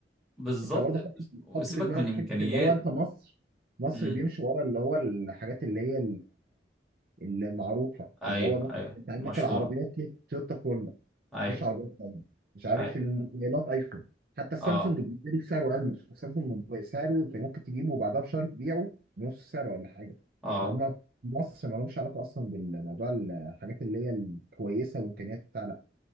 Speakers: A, in the centre; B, on the right.
A: بالظبط
B: انت برضه حط
A: وسيبك
B: حط في دماغك
A: من امكانيات
B: حته اللي هو انت مصر مصر
A: امم
B: بيمشي ورا اللي هو الحاجات اللي هي المعروفه
A: ايوه
B: اللي هو مثلا
A: ايوه
B: انت عندك
A: المشهوره
B: العربيات دي تويوتا كورلا
A: ايوه
B: مفيش عربيات ثانيه مش عارف
A: ايوه
B: الموبايلات ايفون حتى السامسونج
A: اه
B: بيتباع بسعره اقل السامسونج بسعره انت ممكن تجيبه وبعدها بشهر تبيعه بنص سعره ولا حاجه
A: اه
B: فهم في مصر ما لهمش علاقه اصلا بالموضوع الحاجات اللي هي الكويسه وامكانيات بتاع لا